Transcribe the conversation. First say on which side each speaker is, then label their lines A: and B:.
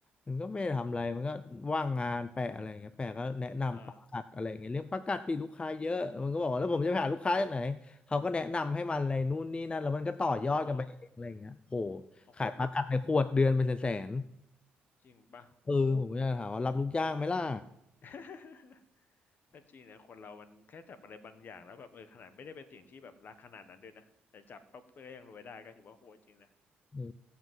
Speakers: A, on the left; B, on the left.
A: มันก็ไม่ได้ทำอะไรมันก็ว่างงานแปะอะไรอย่างเงี้ยแปะก็แนะนำประกัดอะไรอย่างเงี้ยเรื่องประกัดปีลูกค้าเยอะมันก็บอกว่าแล้วผมจะไปหาลูกค้าจากไหนเขาก็แนะนำให้มันอะไรนู่นนี่นั่นแล้วมันก็ต่อยอดกันไปเองอะไรอย่างเงี้ยโห
B: อ่าอ๋อโอ้โห
A: ขายประกัดในขวดเดือนเป็นแสน
B: จริงป่ะโอ้
A: ๆเออผมก็จะถามว่ารับลูกจ้างไหมล่ะ
B: <laughs> ก็จริงนะคนเรามันแค่จับอะไรบางอย่างแล้วแบบเออขนาดไม่ได้เป็นสิ่งที่แบบรักขนาดนั้นด้วยนะแต่จับปั๊บก็ยังรวยได้ก็ถือว่าโหดจริงนะ
A: เออ